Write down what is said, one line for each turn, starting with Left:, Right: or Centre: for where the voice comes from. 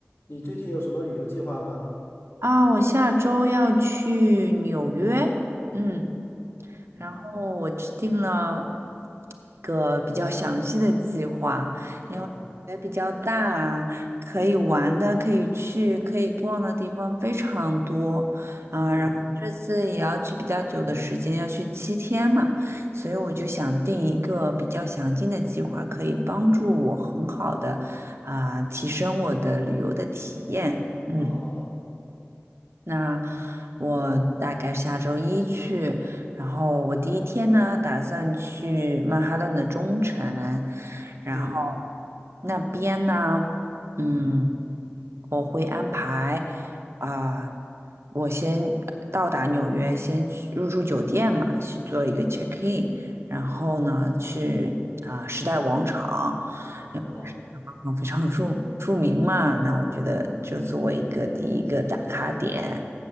Left: 你最近有什么旅游计划吗？
Right: 啊，我下周要去纽约，嗯，
Left: 嗯，
Right: 然后我制定了一个比较详细的计划，
Left: 哦，
Right: 因为也比较大，可以玩的、可以去、可以逛的地方非常多啊。
Left: 嗯，
Right: 然后这次也要去比较久的时间，要去七天嘛，所以我就想定一个比较详尽的计划，可以帮助我很好的啊提升我的旅游的体验，嗯。
Left: 哦，
Right: 那我大概下周一去，然后我第一天呢，打算去曼哈顿的中城，然后
Left: 嗯，嗯
Right: 那边呢，嗯，我会挨啊。我先到达纽约，先去入住酒店嘛，去做一个 check in，然后呢，去啊、时代广场，
Left: 哦，嗯哦嗯哦
Right: 因为时代广场非常著著名嘛，那我觉得就作为一个第一个打卡点